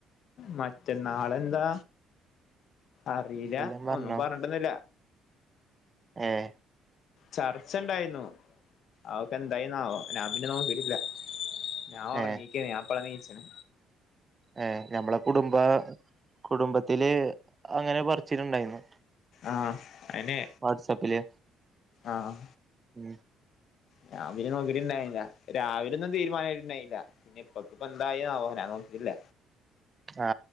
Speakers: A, on the left; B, on the right.
A: മറ്റന്നാളെന്താ അറീല്ല
B: എല്ലാം പറഞ്ഞോ
A: ഒന്നും പറഞ്ഞിട്ടന്നില്ല
B: ഏഹ്
A: ചർച്ചണ്ടായിന്നു അവക്കെന്തായിന്നാവോ ഞാൻ പിന്നെ നോക്കിട്ടില്ല ഞാൻ
B: ഏ
A: ഉങ്ങീക്കേന് ഞാപ്പളാ നീച്ച്ണെ
B: ഏഹ് ഞമ്മളെ കുടുംബ കുടുംബത്തില് അങ്ങനെ പറിച്ചില്ണ്ടായിന്നു
A: ആഹ് അയിനെ
B: വാട്സപ്പില്
A: ആഹ്
B: ഉം
A: ഞാൻ പിന്നെ നോക്കിട്ടുണ്ടായില്ല രാവിലെ ഒന്നും തീരുമാനമായിട്ടുണ്ടായിനില്ല പിന്നെ ഇപ്പക്ക്പ്പെന്തായാവോ ഞാൻ നോക്കിട്ടില്ല
B: ആ